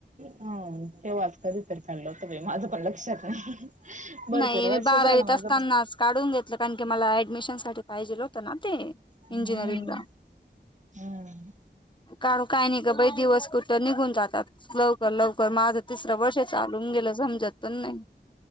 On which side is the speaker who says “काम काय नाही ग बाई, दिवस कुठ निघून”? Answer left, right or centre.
Left